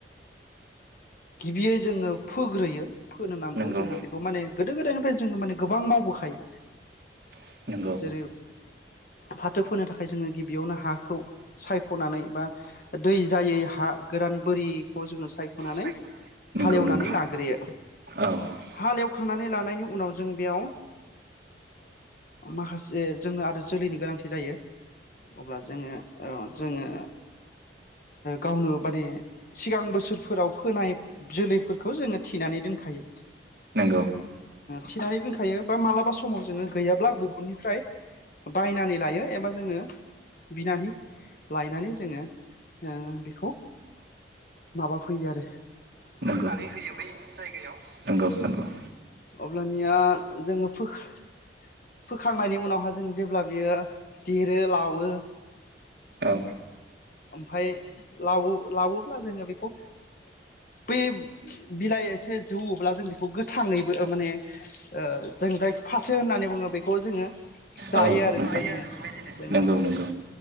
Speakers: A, on the left; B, on the right.
A: गिबियै जोङो फोग्रोयो फोनो नांगौ
B: नंगौ
A: जोङो बेखौ माने गोदो गोदायनिफ्रायनो जोङो माने गोबां मावबोखायो
B: सायख'नानै
A: जेरै फा थो फोनो थाखाय जोङो गिबियावनो हाखौ सायख'नानै बा दै जायै हा गोराना बो रैखौ जोङो सायख'नानै
B: सायख'नानै
A: हालेवनानै लाग्रोयो।
B: अब्ला
A: हालेवखांनानै लानायनि उनाव जों बेयाव ओ माखासे जोंनो आरो जोलैनि गोनांथि जायो। अब्ला जोङो जोङो गावनो माने सिगां बोसोरफोराव फोनाय जोलैफोरखौ जोङो थिनानै दोनखायो।
B: नों
A: थिनानै दोनखायो बा मालाबा समाव जोङो गैयाब्ला गु बुननिफ्राय बायनानै लायो एबा बिनानै लायनानै जोङो जोङो बेखौ माबा फैयो आरो
B: नगौ फोनानै होयो बै जायगायाव नंगौ नंगौ।
A: अब्लानिया जोङो फो खांनायनि उनावहा जों जेब्ला बियो देरो लावो
B: औ
A: ओमफ्राय लावो लाबवोब्ला जोङो बेखौ बै बिलाइ एसे जौवब्ला जों बेखौ गो थाङैबो माने जों गाय फाथो होननानै बुङो बे बखौ जोङो जायो
B: औ
A: आरो
B: नोंथां
A: बेबायदिनो जोङो
B: नंगौ नंगौ